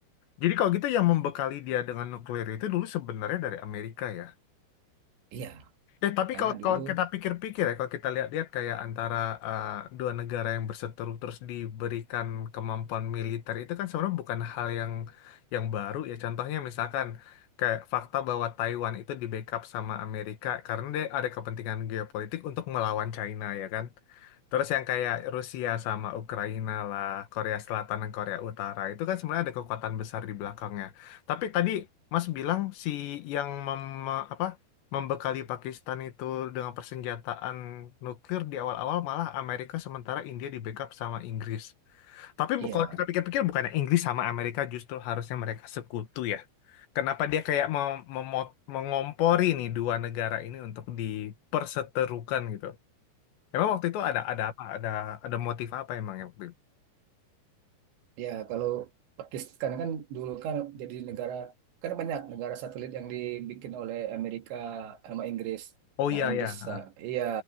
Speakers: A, on the left; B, on the right.
A: jadi kalau gitu yang membekali dia dengan nuklir itu dulu sebenarnya dari Amerika ya.
B: Iya,
A: Eh, tapi
B: karena
A: kalau
B: dulu
A: kalau kita pikir-pikir ya, kalau kita lihat-lihat kayak antara eh, dua negara yang berseteru terus diberikan kemampuan militer itu kan sebenarnya bukan hal yang yang baru ya. Contohnya misalkan kayak fakta bahwa Taiwan itu di backup sama Amerika karena dia ada kepentingan geopolitik untuk melawan China ya kan. Terus yang kayak Rusia sama Ukraina lah, Korea Selatan dan Korea Utara itu kan sebenarnya ada kekuatan besar di belakangnya. Tapi tadi Mas bilang si yang mem, apa membekali Pakistan itu dengan persenjataan nuklir di awal-awal malah Amerika sementara India di backup sama Inggris. Tapi
B: Iya.
A: bu- kalau kita pikir-pikir bukannya Inggris sama Amerika justru harusnya mereka sekutu ya. Kenapa dia kayak mem- memot- mengompori nih dua negara ini untuk diperseterukan gitu. Emang waktu itu ada ada apa? Ada ada motif apa emang yang waktu itu?
B: Ya, kalau Pakistan kan dulu kan jadi negara, kan banyak negara satelit yang dibikin oleh Amerika sama Inggris.
A: Oh
B: Nah,
A: iya
B: Inggris,
A: ya, ah,
B: ah, iya,